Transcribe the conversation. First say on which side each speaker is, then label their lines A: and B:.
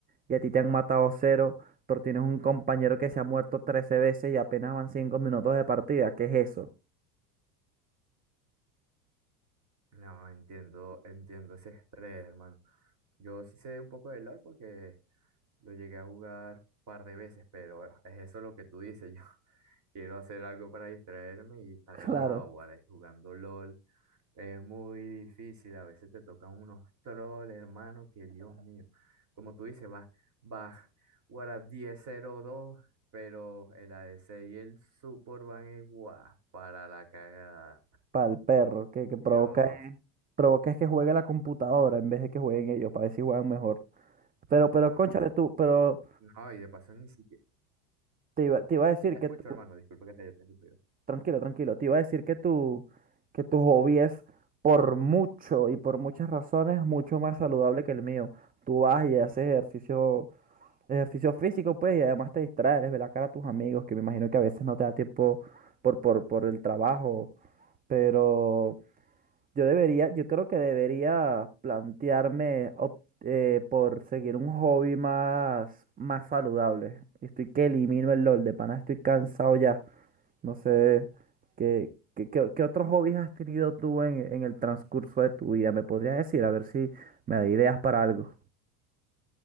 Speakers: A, on the right; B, on the right.
A: y a ti te han matado cero, pero tienes un compañero que se ha muerto trece veces y apenas van cinco minutos de partida? ¿Qué es eso?
B: no entiendo, entiendo ese estrés, hermano. Yo sí sé un poco de LOL porque lo llegué a jugar un par de veces, pero es eso lo que tú dices. <laughs> Yo quiero hacer algo para distraerme y estar
A: <laughs> Claro,
B: relajado, guaray, jugando LOL. Es muy difícil, a veces te tocan unos trolls, hermano, que Dios mío. Como tú dices, vas, vas, guara 10-0-2, pero el ADC y el support van igual para la cagada.
A: para el perro, que, que provoca,
B: Dios,
A: provoca es que juegue la computadora en vez de que jueguen ellos, para ver si juegan mejor. Pero, pero,
B: no,
A: cónchale tú, pero
B: no, y de paso ni siquiera.
A: te iba, te iba a decir
B: Sí, te
A: que
B: escucho,
A: tú
B: hermano, disculpa que te haya interrumpido.
A: Tranquilo, tranquilo. Te iba a decir que tu, que tu hobby es por mucho y por muchas razones mucho más saludable que el mío. Tú vas y haces ejercicio, ejercicio físico, pues, y además te distraes, les ves la cara a tus amigos, que me imagino que a veces no te da tiempo por, por, por el trabajo. Pero yo debería, yo creo que debería plantearme op- eh, por seguir un hobby más, más saludable. Y Estoy que elimino el LOL, de pana estoy cansado ya. No sé, ¿qué, qué, qué- qué otros hobbies has tenido tú en, en el transcurso de tu vida? ¿Me podrías decir? A ver si me da ideas para algo.